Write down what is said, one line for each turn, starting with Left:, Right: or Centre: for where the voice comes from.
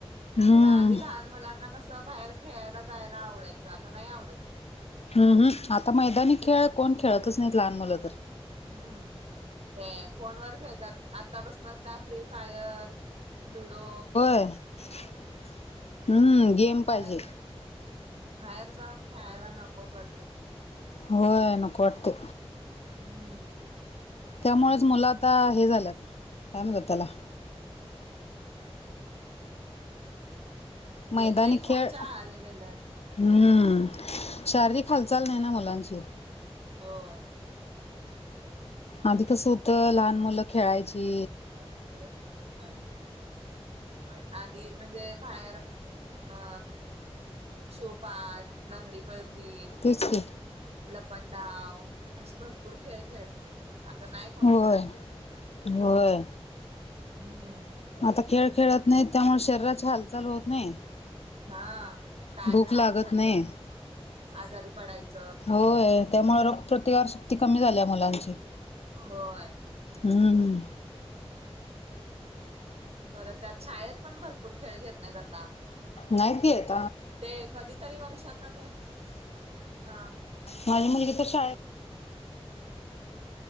Left: हूं
Right: आधी लहान मुलांना कसं बाहेर खेळायला जायला आवडायंचं आता नाही आवडत.
Left: हम्म हम्म आता मैदानी खेळ कोण खेळतच नाहीत लहान मुलं तर
Right: हम्म ते फोन वर खेळतात आत्तापसनच त्या फ्री फायर लुडो
Left: <unintelligible> हम्म गेम
Right: बाहेर
Left: पाहिजे.
Right: बाहेर जाऊन खेयला नकोच वाटतय
Left: हो ना कोटते
Right: हम्म
Left: त्यामुळेच मुलं आता हे झाल्यात काय म्हतात त्याला
Right: हम् म्हणजे
Left: मैदानी
Right: लई फोनच्या
Left: खेळ
Right: आहारी गेल्यात
Left: हम्म शारीरिक हालचाल नाही ना मुलांची
Right: होय
Left: आधी कसं होत लहान मुलं खेळायची
Right: क पर ल आधी म्हणजे बाहेर अ शोपा लांगडी पळती
Left: सखी
Right: लपंडाव असे भरपूर खेळ खेळत होते तर नाही कोणत्या
Left: होय होय
Right: हम्म
Left: आता खेळ खेळत नाही त्यामुळे शरीराची हालचाल होत नाही
Right: हा काय
Left: भूक
Right: तर सारखं
Left: लागत
Right: सारखं
Left: नाही
Right: आजारी पडायच
Left: होय त्यामुळे रोगप्रतिकार शक्ती कमी झाली मुलांची
Right: होय
Left: हम्म
Right: परत त्यात शाळेत पण भरपूर खेळ घेत नाहीत आता
Left: नाहीकेत
Right: ते कधीतरी वर्षांना ते हा
Left: माझी मुलगी तर शाळ